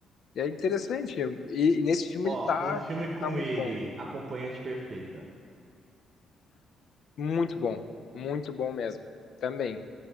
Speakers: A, on the left (about 65°); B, on the right (about 40°).
A: é interessante. é- E, e nesse filme
B: Ó,
A: ele tá,
B: um filme com
A: tá muito
B: ele,
A: bom.
B: Acompanhante Perfeita.
A: Muito bom. Muito bom mesmo. Também.